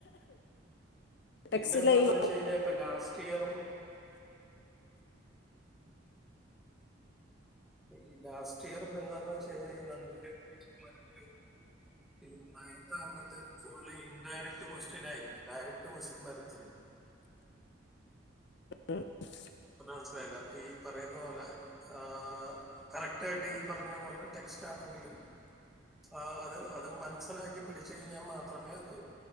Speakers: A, in the centre; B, on the left (about 55°).
A: പിന്നെ
B: ടെക്സ്റ്റിലെ
A: എന്താന്ന്
B: ഈ
A: വെച്ച് കഴിഞ്ഞാ ഇപ്പ ലാസ്റ്റ് ഇയറും ഈ ലാസ്റ്റ് ഇയർ എന്താന്ന് വെച്ച് കഴി കഴിഞ്ഞാൽ ഈ നന്ദൂന്റെ ടീച്ചർമാര് പറയുന്നു ഈ നയൻത്ത് ആവുമ്പോഴത്തേക്കും ഫുള്ളി ഇൻഡയറക്ട് ക്വസ്റ്റിൻ ആയിരിക്കും ഡയറക്ട് ക്വസ്റ്റിൻ വരത്തില്ല
B: ഉം ഉം
A: എന്താ മനസ്സിലായില്ല ഈ പറയുന്ന പോലെ ആ കറക്റ്റായിട്ട് ഈ പറഞ്ഞ പോലെ ടെക് ക്‌സ്‌റ്റാണെങ്കിലും ആ അത് അത് മനസിലാക്കി പഠിച്ച് കഴിഞ്ഞാൽ മാത്രമേ അത്